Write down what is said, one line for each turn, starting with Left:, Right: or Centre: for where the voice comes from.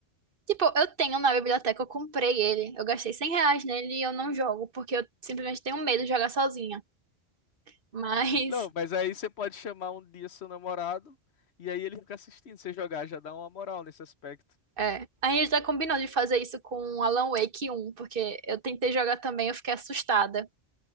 Right: Tipo, eu tenho na biblioteca, eu comprei ele. Eu gastei 100 reais nele e eu não jogo, porque eu simplesmente tenho medo de jogar sozinha. <laughs> Mas,
Left: Não, mas aí você pode chamar um dia seu namorado e aí ele fica assistindo você jogar, já dá uma moral nesse aspecto.
Right: é. A gente já combinou de fazer isso com o Alan Wake um porque eu tentei jogar também, eu fiquei assustada.